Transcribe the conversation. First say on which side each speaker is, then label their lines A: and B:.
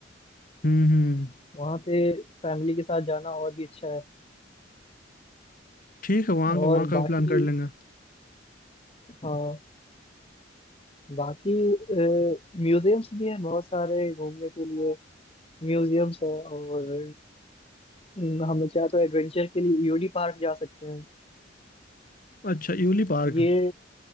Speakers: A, on the left; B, on the left.
A: हम्म हम्म
B: वहाँ पे फैमिली के साथ जाना और भी अच्छा है
A: ठीक है वहाँ का
B: और
A: वहाँ का
B: बाकी
A: भी प्लान कर लेंगे
B: हाँ बाकी म्यूजियम्स भी हैं बहुत सारे घूमने के लिए म्यूजियम्स हैं और अ, हम लोग चाहे तो एडवेंचर के लिए ईओडी पार्क जा सकते हैं
A: अच्छा यूली पार्क
B: ये